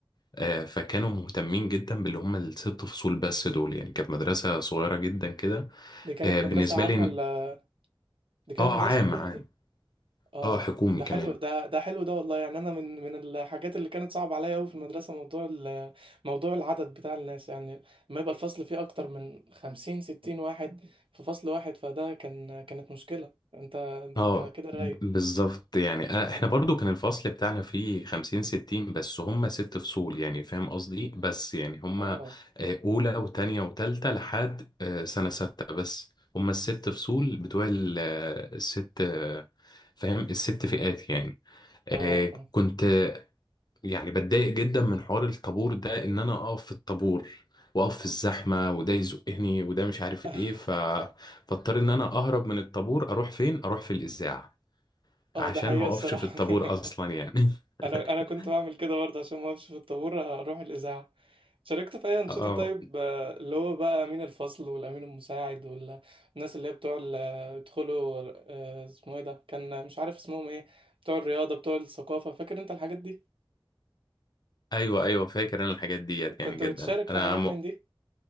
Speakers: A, on the left (about 50°); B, on the right (about 85°).
A: آه، فكانوا مهتمين جدا باللي هم الست فصول بس دول يعني كانت مدرسة صغيرة جدا كده
B: دي كانت
A: آه، بالنسبة
B: مدرسة عام
A: لي
B: ولا دي كانت
A: اه
B: مدرسة
A: عام
B: حكومي
A: عام
B: دي؟ اه
A: اه حكومي
B: ده
A: كمان
B: حلو ده ده حلو ده والله يعني انا من من الحاجات اللي كانت صعبة عليا قوي في المدرسة موضوع ال- موضوع العدد بتاع الناس يعني لما يبقى الفصل فيه اكتر من خمسين ستين واحد في فصل واحد فده كان كانت مشكلة انت ده
A: اه
B: انت كده رايق
A: بالظبط يعني أنا- احنا
B: اه
A: برضو كان الفصل بتاعنا فيه خمسين ستين بس هم ست فصول يعني فاهم قصدي إيه؟ بس يعني هم
B: اه
A: آه، اولى وتانية وتالتة لحد آه، سنة ستة بس هم الست فصول بتوع ال- آه، الست آه، فاهم الست فئات يعني
B: اه
A: آه،
B: اه,
A: كنت آه، يعني بتضايق جدا من حوار الطابور ده ان انا اقف في الطابور واقف في الزحمة وده يزقني وده مش عارف
B: <laughs>
A: ايه ف... فاضطر ان انا اهرب من الطابور اروح فين اروح في الاذاعة عشان
B: آه ده حقيقة
A: ما اقفش
B: الصراحة
A: في الطابور
B: <laughs>
A: اصلا يعني
B: انا
A: <laughs>
B: انا كنت بعمل كده برضه عشان ما اقفش في الطابور اروح الاذاعه شاركت في اي انشطه
A: اه
B: طيب آه، اللي هو بقى امين الفصل والامين المساعد والناس اللي هي بتوع ال- بيدخلوا آه، اسمه ايه ده كان مش عارف اسمهم ايه بتوع الرياضه بتوع الثقافه فاكر انت الحاجات دي
A: ايوه ايوه فاكر انا الحاجات ديت
B: كنت
A: يعني جدا
B: بتشارك في
A: انا
B: حاجات
A: م...
B: من دي